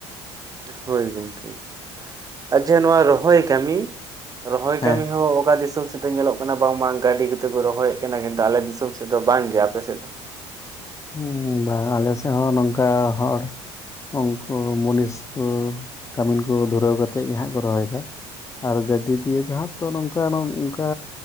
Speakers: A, on the right; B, on the left.
A: ᱦᱳᱭ ᱜᱚᱢᱠᱮ ᱟᱨ ᱡᱟᱦᱟᱸ ᱱᱚᱣᱟ ᱨᱚᱦᱚᱭ ᱠᱟᱹᱢᱤ ᱨᱚᱦᱚᱭ
B: ᱦᱮᱸ
A: ᱠᱟᱹᱢᱤ ᱦᱚᱸ ᱚᱠᱟ ᱫᱤᱥᱚᱢ ᱥᱮᱫ ᱫᱚ ᱧᱮᱞᱚᱜ ᱠᱟᱱᱟ ᱵᱟᱝᱢᱟ ᱜᱟᱹᱰᱤ ᱠᱚᱛᱮ ᱠᱚ ᱨᱚᱦᱚᱭᱮᱫ ᱠᱟᱱᱟ ᱠᱤᱱᱛᱩ ᱟᱸᱞᱮ ᱫᱤᱥᱚᱢ ᱥᱮᱫ ᱫᱚ ᱵᱟᱝᱹ ᱜᱮ ᱟᱯᱮ ᱥᱮᱫ ᱫᱚ?
B: ᱦᱮᱸ ᱵᱟᱝ ᱟᱞᱮ ᱥᱮᱫ ᱦᱚᱸ ᱱᱚᱝᱠᱟ ᱦᱚᱲ ᱩᱱᱠᱩ ᱢᱩᱱᱤᱥᱠᱩ ᱠᱟᱹᱢᱤᱱ ᱠᱚ ᱫᱷᱩᱨᱟᱹᱣ ᱠᱟᱛᱮᱫ ᱜᱮ ᱦᱟᱸᱜ ᱠᱚ ᱨᱚᱦᱚᱭᱮᱫᱟ ᱾ ᱟᱨ ᱜᱟᱹᱰᱤ ᱫᱤᱭᱮ ᱫᱚ ᱦᱟᱸᱜ ᱛᱚ ᱱᱚᱝᱠᱟ ᱱᱚᱜ ᱱᱚᱝᱠᱟ